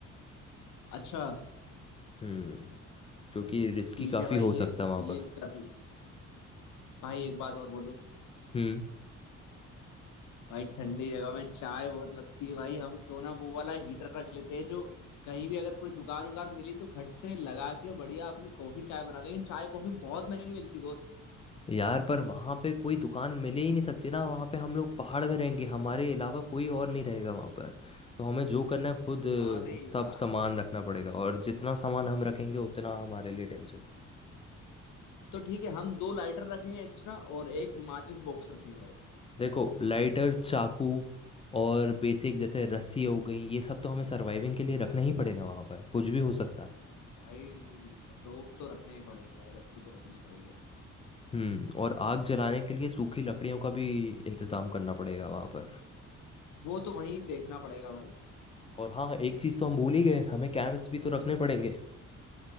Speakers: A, on the left (about 75°); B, on the left (about 20°).
A: अच्छा
B: हम्म क्योंकि रिस्की
A: ठीक
B: काफ़ी
A: है भाई
B: हो
A: ये
B: सकता है वहाँ
A: ये
B: पर
A: कर लिया भाई एक बात और बोलूं
B: हम्म
A: भाई ठंडी जगह में चाय बहुत लगती है भाई हम क्यों ना वो वाला हीटर रख लेते हैं जो कहीं भी अगर कोई दुकान उकान मिली तो खट से लगा के बढ़िया अपनी कॉफी चाय बना लेंगे चाय कॉफी बहुत महंगी मिलती दोस्त
B: यार पर वहाँ पे कोई दुकान मिले ही नहीं सकती ना वहाँ पे हम लोग पहाड़ में रहेंगे हमारे अलावा कोई और नहीं रहेगा वहाँ पर तो हमें जो करना है खुद अ,
A: अरे
B: सब
A: यार
B: सामान रखना पड़ेगा और जितना सामान हम रखेंगे उतना हमारे लिए टेंशन
A: तो ठीक है हम दो लाइटर रखेंगे एक्स्ट्रा और एक माचिस बॉक्स रखेंगे भाई
B: देखो लाइटर चाकू और बेसिक जैसे रस्सी हो गई ये सब तो हमें सर्वाइविंग के लिए रखना ही पड़ेगा वहां पर कुछ भी हो सकता है
A: भाई रोप तो रखनी ही पड़ेगी भाई रस्सी तो रखनी ही पड़ेगी अपने
B: हम्म और आग जलाने के लिए सूखी लकड़ियों का भी इंतजाम करना पड़ेगा वहां पर
A: वो तो वहीं देखना पड़ेगा भाई
B: और हाँ एक चीज तो हम भूल ही गए हमें कैंप्स भी तो रखने पड़ेंगे